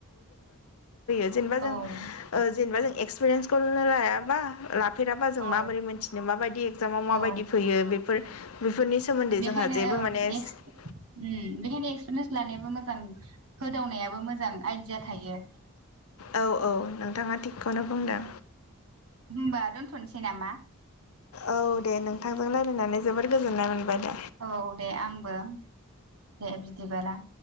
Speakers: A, on the left; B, on the right.
A: जेनेबा जों
B: ओं
A: ओ जेनेवा जों एक्सपेरिएन्सखौनो लाया नालाय थुफेराबा जों
B: औ
A: माबोरै मोनथिनो माबायदि एगजामाव माबायदि
B: औ
A: फैयो बेफोर बेफोरनि सोमोन्दै
B: बेखायनो
A: जोंहा जेबो
B: ओम
A: माने औ
B: एस ओम बेखायनो एक्सपिरियेन्स लानायाबो मोजां होदावनायाबो मोजां आइडिया थायो।
A: औ औ नोंथाङा थिगखौनो बुंदों।
B: होमबा दोनथ'नोसै नामा?
A: औ दे नोंथांजों लायरायनानै जोबोर गोजोननाय मोनबाय दे।
B: औ दे आंबो दे बिदिबाला।